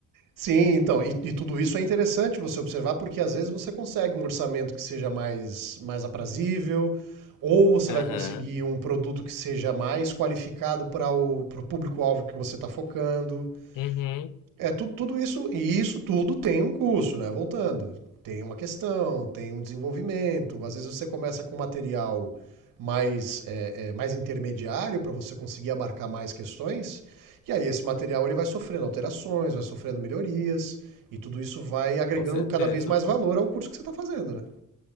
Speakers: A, on the right; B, on the left.
A: Sim, então, e, e tudo isso é interessante você observar, porque às vezes você consegue um orçamento que seja mais, mais aprazível, ou você
B: Aham.
A: vai conseguir um produto que seja mais qualificado para o pro público-alvo que você está focando.
B: Uhum.
A: É, tu- tudo isso, e isso tudo tem um curso, né? Voltando. Tem uma questão, tem um desenvolvimento. Às vezes você começa com material mais, é, é, mais intermediário para você conseguir abarcar mais questões, e aí esse material ele vai sofrendo alterações, vai sofrendo melhorias, e tudo isso vai agregando
B: Com certeza.
A: cada vez mais valor ao curso que você está fazendo, né?